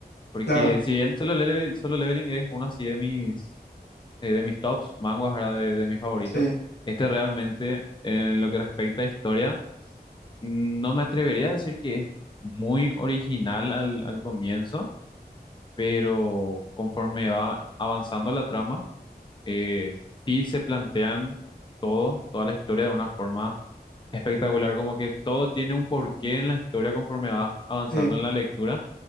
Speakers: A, on the left; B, on the left.
A: porque
B: Claro,
A: si bien Solo Leveling, Solo Leveling es uno así de mis, eh, de mis tops, manguas ahora de, de mis favoritos,
B: sí,
A: este realmente en lo que respecta a historia, no me atrevería a decir que es muy original al, al comienzo, pero conforme va avanzando la trama, eh, sí se plantean todo, toda la historia de una forma espectacular, como que todo tiene un porqué en la historia conforme vas avanzando
B: sí.
A: en la lectura